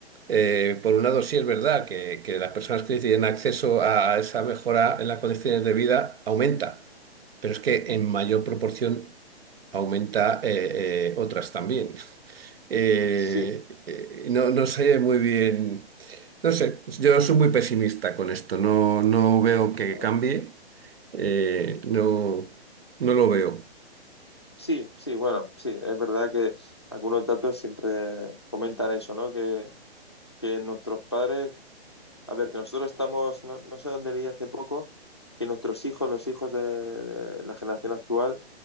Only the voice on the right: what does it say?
eh, por un lado, sí es verdad que, que las personas que tienen acceso a esa mejora en las condiciones de vida aumenta, pero es que en mayor proporción aumenta eh, eh, otras también. <laughs> Eh,
eh, no, no sé muy bien, no sé, yo soy muy pesimista con esto, no, no veo que
cambie, eh, no, no lo veo.